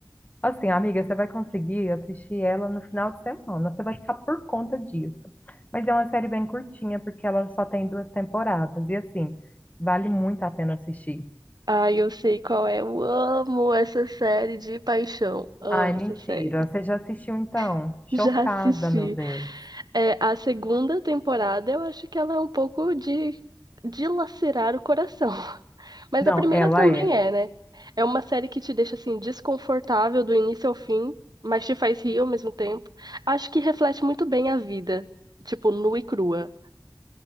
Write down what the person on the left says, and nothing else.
Assim, amiga, você vai conseguir assistir ela no final de semana, você vai ficar por conta disso. Mas é uma série bem curtinha, porque ela só tem duas temporadas, e assim, vale muito a pena assistir.
Ai, mentira.
Você já assistiu então?
Chocada,
meu Deus.
Não,
ela
é.